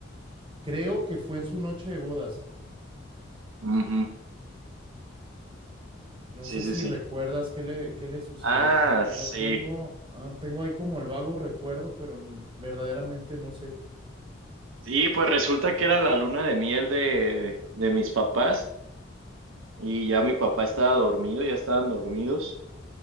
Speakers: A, on the right; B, on the right.
A: Creo que fue en su noche de bodas.
B: Ujú,
A: No
B: Sí,
A: sé
B: sí,
A: si
B: sí.
A: recuerdas qué le, qué le sucedió,
B: Ah,
A: porque
B: sí.
A: yo tengo, ah, tengo ahí como el vago recuerdo, pero n- verdaderamente no sé.
B: Sí, pues resulta que era la luna de miel de, de mis papás. Y ya mi papá estaba dormido, ya estaban dormidos.